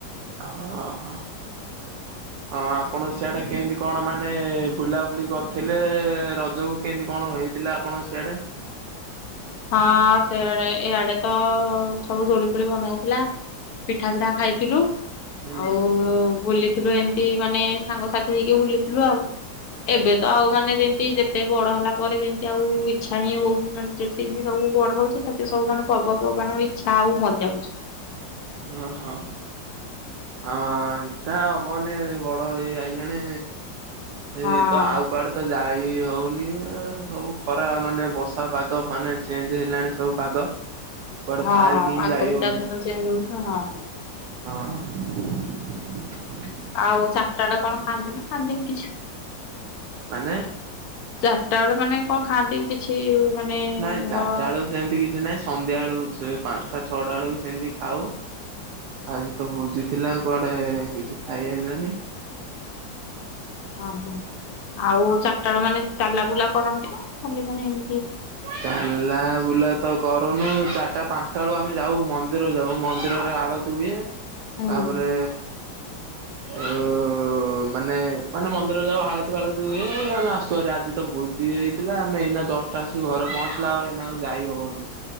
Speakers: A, on the right; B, on the left.
A: ହଁ- ହଁ।
B: ହ
A: ହଁ ଆପଣ ସିଆଡେ, କେମିତି କଣ ମାନେ ବୁଲାବୁଲି କରିଥିଲେ? ରଜକୁ କେମିତି କଣ ହେ ଇଥିଲା ଆପଣଙ୍କ ସିଆଡେ?
B: ହଁ ସେଇଆଡେ, ଇଆଡେ ତ ସବୁ ଦୋଳି ଫୋଳି ବନ୍ଧା ହେଇଥିଲା, ପିଠା ପିଠା ଖାଇଥିଲୁ।
A: ହୁଁ
B: ଆଉ ବୁଲି ଥିଲୁ, ଏମିତି ମାନେ ସାଙ୍ଗସାଥି ହେଇକି ବୁଲିଥିଲୁ ଆଉ। ଏବେ ତ ଆଉ ମାନେ ଯେମିତି ଯେତେ ବଡ ହେଲା ପରେ, ଯେମିତି ଆଉ ଇଚ୍ଛା ହିଁ ହଉନି। ମାନେ ଯେ ଯେମିତି ସବୁ ବଡ ହଉଚେ, ସେତେ ସବୁ ମାନେ ପର୍ବପର୍ବାଣୀ ଇଚ୍ଛା ଆଉ ମରିଯାଉଛି।
A: ହଁ- ହଁ। ଆଁ ଇଚ୍ଛା ହବନି, ବଡ ହେଇ ଆଇଲେଣି।
B: ହଁ।
A: ଏଇ ତ ଆଉ କୁଆଡେ ତ ଯାଇ ଇ ହଉନି ଆଉ। ସବୁ ଖରା ମାନେ, ବର୍ଷା ପାଗ ମାନେ ଚେଞ୍ଜ ହେଲାଣି ସବୁ ପାଗ। କୁଆଡେ
B: ହଁ
A: ବାହାରିକି
B: ପାଗ
A: ହିଁ ଯାଇ
B: ବି
A: ହଉନି
B: ତା ସହିତ, ଚେଞ୍ଜ ହଉଛି ହଁ।
A: ଓ।
B: ଆଉ ଚାରିଟା ବେଳେ, କଣ ଖାଆନ୍ତି ନା ଖାଆନ୍ତିନି କିଛି?
A: ମାନେ
B: ଚାରିଟା ବେଳେ ମାନେ କଣ ଖାଆନ୍ତି କି କିଛି ମାନେ
A: ନାଇଁ
B: ଧର
A: ଚାରିଟା
B: ହଁ
A: ବେଳକୁ ସେମିତି କିଛି ନାଇଁ। ସନ୍ଧ୍ୟା ବେଳକୁ, ସେ ପାଞ୍ଚଟା ଛଅଟା ବେଳକୁ ସେମିତି ଖାଉ। ଆଜି ତ ଭୋଜି ଥିଲା ଆଉ କୁଆଡେ କିଛି ଖାଇ ହେଲାନି।
B: ଓ ହୋ ଆଉ ଚାରିଟା ବେଳେ, ମାନେ ଚାଲା ବୁଲା କରନ୍ତି ନା? ଖାଲି ମାନେ ଏମ୍
A: ଚାଲିଲା ବୁଲା ତ କରୁନୁ ଚାରିଟା ପାଞ୍ଚଟା ବେଳକୁ ଆମେ ଯାଉ ମନ୍ଦିର ଯାଉ ମନ୍ଦିରରେ ଆଳ ହୁଏ
B: ହୁଁ
A: ତାପରେ ଯୋଉ ମାନେ ମାନେ ମନ୍ଦିର ଯାଉ ଆାଳଟି ଫାଳଟି ହୁଏ ଆମେ ଆସୁ ହାରି ଆଜି ତ ଭୋଜି ହେଇଥିଲା ଆମେ ଏଇ ଯଷ୍ଟ ଆସିି ଘରେ ପହଞ୍ଚିଲା ଆଉ ଏଇନା ଆଉ ଯାଇ ହବନି